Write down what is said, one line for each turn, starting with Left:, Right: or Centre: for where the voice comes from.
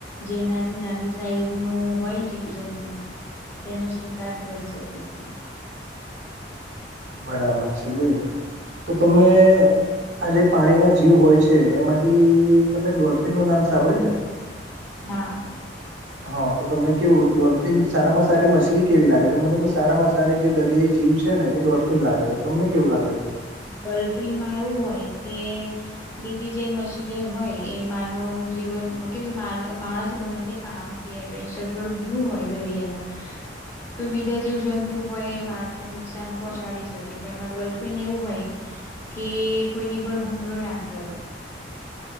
Left: જેનાથી નાની સાઈઝ નું હોય જીવજંતુ. તેનો શિકાર કરી શકે છે.
Right: બરાબર છે તો તમે આ જે પાણી ના જીવ હોય છે એમાંથી તમે ડોલ્ફિન નું નામ સાંભળ્યું છે!
Left: હા.
Right: હા તો તમને કેવું ડોલ્ફિન સારામાં સારી મછલી કેવી લાગે મને તો સારામાં સારી જે દરિયાઈ જીવ છે. ને એ ડોલ્ફિન લાગે છે તમને કેવું લાગે છે!
Left: ડોલ્ફિન માં એવું હોય કે બીજી જે મછલી હોય એ માનવ જીવન મ કે માન માણસ ગમે તે કામ. એડવેન્ચર પર વ્યુ હોય દરિયાઈમાં. તો બીજા જેવ જંતુ હોય એ માણસને નુકસાન પહોંચાડી શકે. કે પણ એમાં ડોલ્ફિન એવું હોય કે કોઈની પર હુમલો ના કરે.